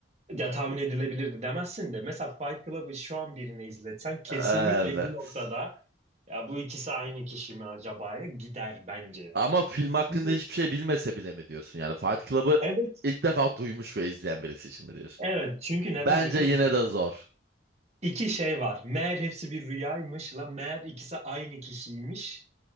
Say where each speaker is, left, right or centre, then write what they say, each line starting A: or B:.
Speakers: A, on the right (about 35°); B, on the right (about 55°).
A: ya tahmin edilebilirdi demezsin de mesela Fight Club'ı şu an birine izletsen kesinlikle
B: evet.
A: bir noktada ya bu ikisi aynı kişi mi acaba'ya gider bence.
B: Ama film hakkında
A: Çünkü-
B: hiçbir şey bilmese bile mi diyorsun? Yani Fight Club'ı
A: Evet,
B: ilk defa duymuş ve izleyen birisi için mi diyorsun?
A: evet. Çünkü neden
B: Bence
A: biliyor
B: yine
A: musun?
B: de zor.
A: İki şey var. Meğer hepsi bir rüyaymış la meğer ikisi aynı kişiymiş.